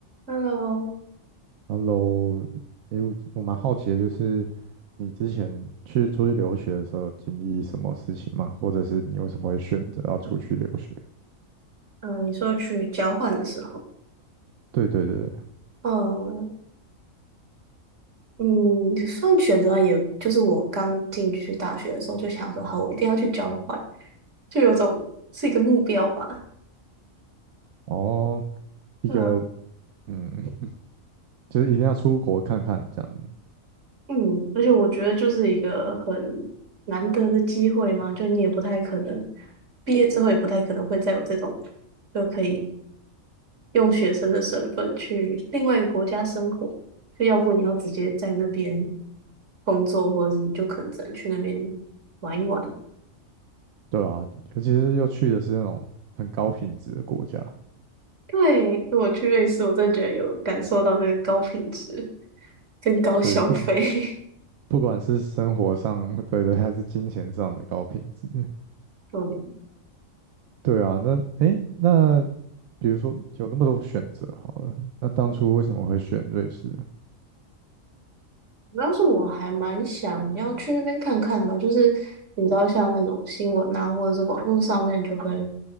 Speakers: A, on the right (about 60°); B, on the right (about 85°).
A: Hello，
B: Hello，诶，我我蛮好奇的，就是你之前去出去留学的时候，经历什么事情吗？或者是你为什么会选择要出去留学？
A: 嗯，你说去交换的时候，
B: 对对对，
A: 嗯嗯，算选择也，就是我刚进去大学的时候就想说，好，我一定要去交换，就有种是一个目标吧，
B: 哦，一个
A: 对啊，
B: 嗯，<laughs> 就是一定要出国看看这样子，
A: 嗯，而且我觉得就是一个很难得的机会嘛，就你也不太可能毕业之后也不太可能会再有这种就可以用学生的身份去另外一个国家生活，就要不你要直接在那边工作，或者是你就可能只能去那边玩一玩。
B: 对啊，尤其是又去的是那种很高品质的国家，
A: 对，我去瑞士，我真的觉得有感受到那个高品质跟高消费。
B: 对，不
A: <laughs>
B: 不管是生活上，<laughs> 对对，还是金钱上的高品质，
A: 对，
B: 对啊，那诶，那比如说有那么多选择好了，那当初为什么会选瑞士啊？
A: 主要是我还蛮想要去那边看看的啊，就是你知道，像那种新闻啊，或者是网络上面就会